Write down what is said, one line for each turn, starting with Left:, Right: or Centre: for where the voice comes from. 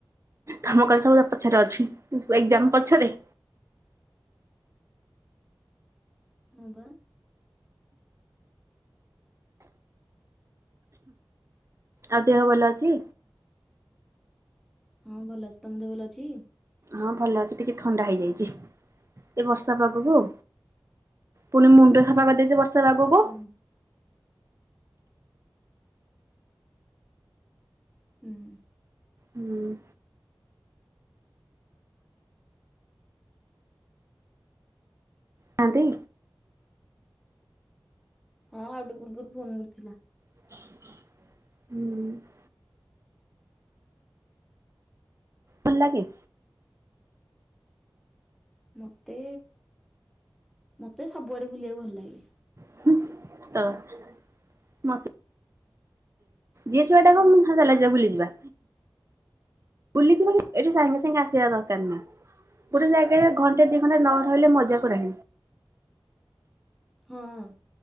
Right: ତମ କଲେଜ୍ ସବୁ ପଛରେ ଅଛି ଏକ୍ଜାମ ପଛରେ
Centre: ହଁ ପା।
Right: ଆଉ ଦେହ ଭଲ ଅଛି?
Centre: ହଁ ଭଲ ଅଛି। ତମ ଦେହ ଭଲ ଅଛି?
Right: ହଁ ଭଲ ଅଛି ଟିକେ ଥଣ୍ଡା ହେଇଯାଇଛି ଏଇ ବର୍ଷା ପାଗକୁ? ପୁଣି ମୁଣ୍ଡ ସଫା କରିଦେଇଛି, ବର୍ଷା ପାଗକୁ।
Centre: ହୁଁ। ହୁଁ।
Right: ହୁଁ। ନାହାନ୍ତି।
Centre: ହଁ ଆଉଟେ ପୂର୍ବରୁ ଫୋନ କରିଥିଲା।
Right: ହୁଁ। ଭଲ ଲାଗେ।
Centre: ମତେ ମତେ ସବୁଆଡେ ବୁଲିବାକୁ ଭଲ ଲାଗେ।
Right: <inaudible> ମତେ ଯିଏ ଯୁଆଡେ ଡାକ। ମୁଁ ଜାଲା ଯିବା ବୁଲିଯିବା। ବୁଲିଯିବ ବା। ଏଠି ସାଙ୍ଗେ ସାଙ୍ଗେ ଆସିବା ଦରକାର ନାହିଁ। ଗୋଟେ ଜାଗାରେ ଘଣ୍ଟା ଦି ଘଣ୍ଟା ନ ରହିଲେ, ମଜା କରି ହବନି।
Centre: ହଁ।